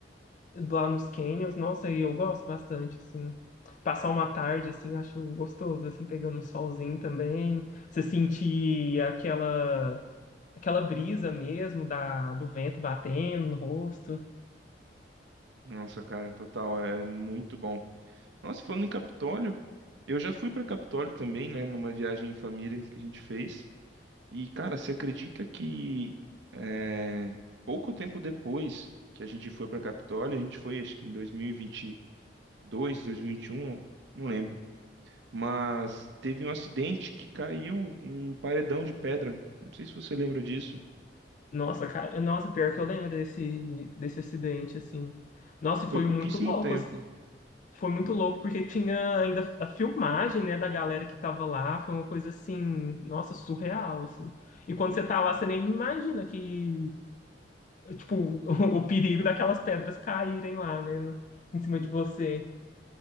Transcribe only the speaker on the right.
Nossa, cara, total, é é muito bom. Nossa, falando em Capitólio, eu já fui pra Capitólio também, né, numa viagem em família que a gente fez. E, cara, você acredita que é, pouco tempo depois que a gente foi pra Capitólio, a gente foi, acho que em 2022, 2021, não lembro. Mas teve um acidente que caiu um paredão de pedra. Não sei se você lembra disso.
Foi pouquíssimo
tempo.